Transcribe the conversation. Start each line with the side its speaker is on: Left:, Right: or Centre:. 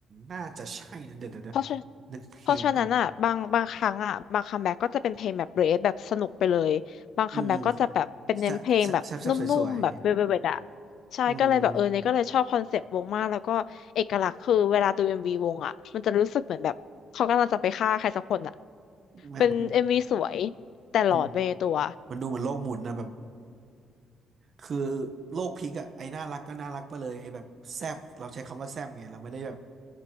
Right: น่าจะใช่นะเดี๋ยวเดี๋ยวเดี๋ยว
Left: เพราะฉะ
Right: นึกเพลงก่อน
Left: เพราะฉะนั้นอ่ะบางบางครั้งอ่ะบางคัมแบ็กก็จะเป็นเพลงแบบเรดแบบสนุกไปเลยบางคัมแบ็กก็จะแบบเป็นเน้นเพลงแบบนุ่มๆแบบเวลเวทอ่ะ
Right: อืมอืมแซบแซบแซบแซบสวยๆเอื
Left: ใช่ก็เลยแบบเออเนี่ยก็เลยชอบคอนเซปต์วงมากแล้วก็เอกลักษณ์คือเวลาดูเอ็มวีวงอ่ะมันจะรู้สึกเหมือนแบบเขากำลังจะไปฆ่าใครสักคนอ่ะ
Right: มแม่มัน
Left: เป็นเอ็มวีสวยแต่หลอดไปในตัว
Right: มันมันดูเหมือนโลกหมุนนะแบบคือโลกพลิกอะไอ้น่ารักก็น่ารักไปเลยไอ้แบบแซบเราใช้คำว่าแซบไงเราไม่ได้แบบ